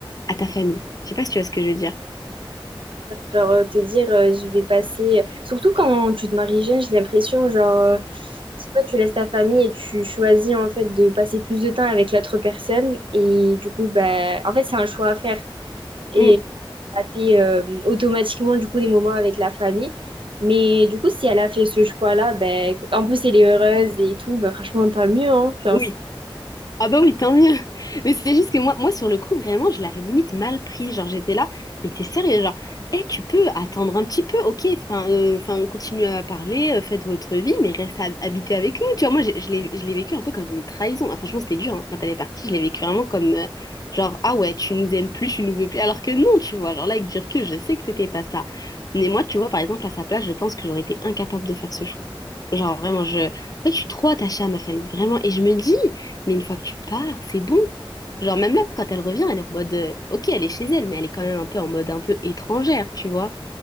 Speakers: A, on the left (about 40°); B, on the right (about 65°).
A: à ta famille. Je sais pas si tu vois ce que je veux dire.
B: Genre, euh, te dire, euh, je vais passer. euh, Surtout quand tu te maries jeune, j'ai l'impression, genre, euh, je sais tu laisses ta famille et tu choisis, en fait, de passer plus de temps avec l'autre personne. Et du coup, ben, en fait, c'est un choix à faire. Et
A: Mm,
B: bah, t'es, euh, automatiquement, du coup, des moments avec la famille. Mais du coup, si elle a fait ce choix-là, ben, en plus, elle est heureuse et tout, ben, franchement, tant mieux, hein. Genre,
A: oui,
B: c'est-
A: Ah bah oui, tant mieux. Mais c'est juste que moi, moi, sur le coup, vraiment, je l'avais limite mal pris. Genre, j'étais là, mais t'es sérieux, genre, eh, tu peux attendre un petit peu, ok, enfin, euh, enfin, continuez à parler, euh, faites votre vie, mais reste hab- habité avec nous. Tu vois, moi, j'ai- je l'ai, je l'ai vécu un peu comme une trahison. Ah, franchement, c'était dur, hein. Quand elle est partie, je l'ai vécu vraiment comme, euh, genre, ah ouais, tu nous aimes plus, tu nous veux plus, alors que non, tu vois, genre là, avec du recul, je sais que c'était pas ça. Mais moi, tu vois, par exemple, à sa place, je pense que j'aurais été incapable de faire ce choix. Genre, vraiment, je... En fait, je suis trop attachée à ma famille, vraiment. Et je me dis, mais une fois que tu pars, c'est bon. Genre, même là, quand elle revient, elle est en mode. euh, ok, elle est chez elle, mais elle est quand même un peu en mode un peu étrangère, tu vois.